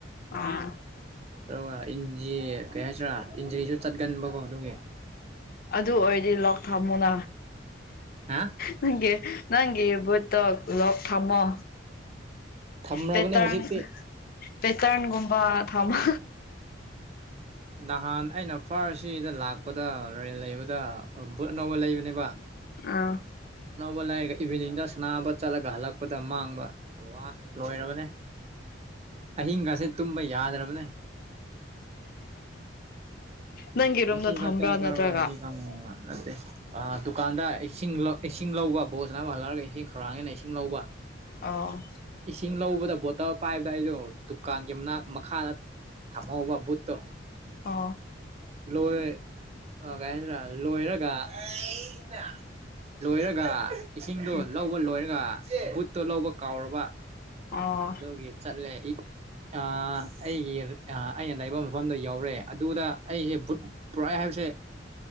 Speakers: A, on the left; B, on the right.
A: ꯑꯥ
B: ꯑꯗꯨꯒ ꯏꯟꯖꯤ ꯀꯩ ꯍꯥꯏꯁꯤꯔꯥ ꯏꯟꯖꯤꯔꯤꯁꯨ ꯆꯠꯀꯟꯕꯀꯣ ꯑꯗꯨꯒꯤ
A: ꯑꯗꯨ ꯑꯣꯏꯔꯗꯤ ꯂꯣꯛ ꯊꯝꯃꯨꯅ
B: ꯍꯥ
A: ꯅꯪꯒꯤ ꯅꯪꯒꯤ ꯕꯨꯠꯇꯣ ꯂꯣꯛ ꯊꯃꯣ
B: ꯊꯝꯔꯕꯅꯦ
A: ꯄꯦꯇꯥꯔꯟ
B: ꯍꯧꯖꯤꯛꯇꯤ
A: ꯄꯦꯇꯔꯟꯒꯨꯝꯕ ꯊꯃ
B: ꯅꯍꯥꯟ ꯑꯩꯅ ꯐꯥꯔꯁꯤꯗ ꯂꯥꯛꯄꯗ ꯔꯦꯟ ꯂꯩꯕꯗ ꯕꯨꯠ ꯑꯅꯧꯕ ꯂꯩꯕꯅꯦꯕꯥ
A: ꯑꯥ
B: ꯑꯅꯧꯕ ꯂꯥꯏꯔꯒ ꯏꯚꯤꯅꯤꯡꯗ ꯁꯅꯥꯕ ꯆꯠꯂꯒ ꯍꯜꯂꯛꯄꯗ ꯃꯥꯡꯕ ꯋꯥ ꯂꯣꯏꯔꯕꯅꯦ꯫ ꯑꯍꯤꯡꯒꯁꯦ ꯇꯨꯝꯕ ꯌꯥꯗ꯭ꯔꯕꯅꯦ꯫
A: ꯅꯪꯒꯤ
B: ꯉꯁꯤ
A: ꯔꯨꯝꯗ ꯊꯝꯕ꯭ꯔꯥ
B: ꯈꯛꯇ ꯂꯧꯔꯒ
A: ꯅꯠꯇ꯭ꯔꯒ
B: ꯉꯁꯤ ꯈꯪꯕ ꯅꯠꯇꯦ ꯑ ꯗꯨꯀꯥꯟꯗ ꯏꯁꯤꯡ ꯂꯧ ꯏꯁꯤꯡ ꯂꯧꯕ ꯕꯣꯜ ꯁꯥꯟꯅꯥꯕ ꯍꯜꯂꯛꯔꯒ ꯏꯁꯤꯡ ꯈꯧꯔꯥꯡꯉꯦꯅ ꯏꯁꯤꯡ ꯂꯧꯕ
A: ꯑꯣ ꯑꯣ
B: ꯏꯁꯤꯡ ꯂꯧꯕꯗ ꯕꯣꯇꯜ ꯄꯥꯏꯕꯗ ꯑꯩꯗꯣ ꯗꯨꯀꯥꯟꯒꯤ ꯃꯅꯥꯛ ꯃꯈꯥꯗ ꯊꯥꯝꯍꯧꯕ ꯕꯨꯠꯇꯣ
A: ꯑꯣ
B: ꯂꯣꯏꯔꯦ ꯑ ꯀꯩ ꯍꯥꯏꯗꯨꯏꯅꯣ ꯂꯣꯏꯔꯒ ꯑꯩꯅꯥ ꯂꯣꯏꯔꯒ ꯏꯁꯤꯡꯗꯣ
A: ꯎꯝ
B: ꯂꯧꯕ ꯂꯣꯏꯔꯒ ꯕꯨꯠꯇꯣ ꯂꯧꯕ ꯀꯥꯎꯔꯕ
A: ꯑꯣ
B: ꯑꯗꯨꯒꯤ ꯆꯠꯂꯦ ꯑꯩ ꯑ ꯑꯩꯒꯤ ꯑꯩꯅ ꯂꯩꯕ ꯃꯐꯝꯗ ꯌꯧꯔꯦ ꯑꯗꯨꯗ ꯑꯩꯁꯦ ꯕꯨꯠ ꯄꯨꯔꯛꯑꯦ ꯍꯥꯏꯕꯁꯦ